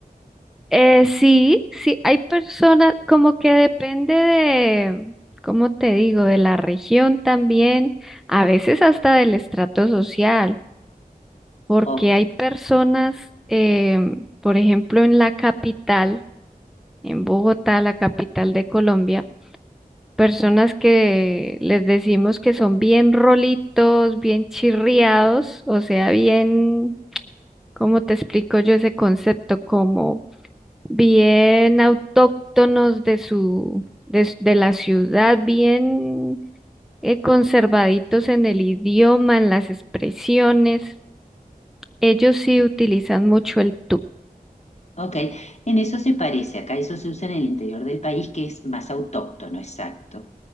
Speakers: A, in the centre; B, on the left.
A: Eh, sí, sí, hay personas como que depende de, ¿cómo te digo?, de la región también, a veces hasta del estrato social, porque
B: Ok,
A: hay personas, em, por ejemplo, en la capital, en Bogotá, la capital de Colombia, personas que les decimos que son bien rolitos, bien chirriados, o sea, bien, ¿cómo te explico yo ese concepto? Como bien autóctonos de su, de, s- de la ciudad, bien eh, conservaditos en el idioma, en las expresiones. Ellos sí utilizan mucho el tú.
B: ok. En eso se parece, acá eso se usa en el interior del país que es más autóctono, exacto.